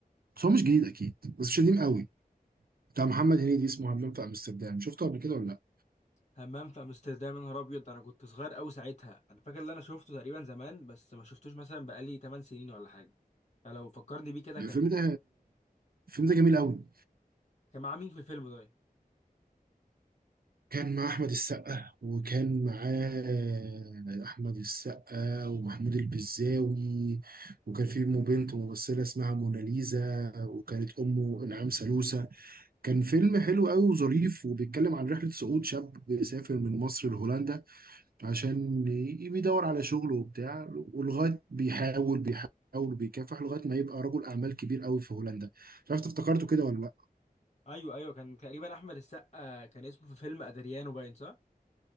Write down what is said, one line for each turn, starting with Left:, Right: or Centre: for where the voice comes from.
Right: بس هو مش جديد اكيد بس مش قديم قوي بتاع محمد هنيدي اسمه همام في امستردام شفته قبل كده ولا لا
Left: همام في امستردام يا نهار ابيض انا كنت صغير قوي ساعتها انا فاكر ان انا شفته تقريبا زمان بس ما شفتوش مثلا بقالي 8 سنين ولا حاجه انا لو فكرني بيه كده
Right: الفيلم
Left: كان <laughs>
Right: ده الفيلم ده جميل قوي
Left: كان معاه مين في الفيلم ده
Right: كان مع أحمد السقا وكان معاه أحمد السقا ومحمود البزاوي وكان في أمه بنت ممثلة اسمها موناليزا وكانت أمه إنعام سالوسة كان فيلم حلو قوي وظريف وبيتكلم عن رحلة صعود شاب بيسافر من مصر لهولندا عشان ي- بيدور على شغل وبتاع ولغاية بيحاول بيحاول وبيكافح لغاية ما يبقى رجل أعمال كبير قوي في هولندا مش عارف إنت افتكرته كده ولا لأ
Left: ايوه ايوه كان تقريبا احمد السقا كان اسمه في فيلم ادريانو باين صح